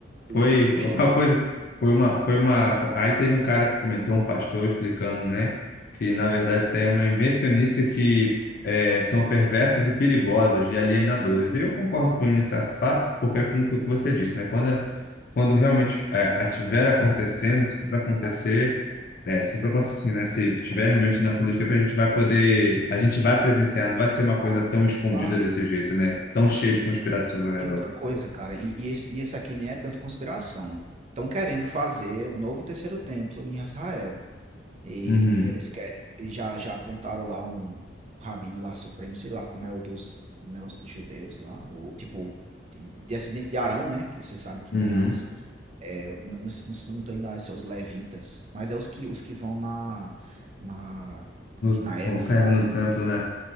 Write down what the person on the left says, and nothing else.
Foi
uma coisa, foi uma, foi uma. Aí teve um cara que comentou, um pastor explicando, né, que na verdade isso aí é uma invencionice que é, são perversas e perigosas e alienadoras. E eu concordo com ele em certo fato, porque é como o que você disse, né? Quando, é- quando realmente é, estiver acontecendo, se for para acontecer, é, se for para acontecer, sim, né? Se tiver realmente na fim dos tempos, a gente vai poder, a gente vai presenciar, não vai ser uma coisa tão escondida
desse jeito, né? Tão cheia de conspirações ao redor.
Uhum,
uhum.
No,
vão serve
no
templo, né?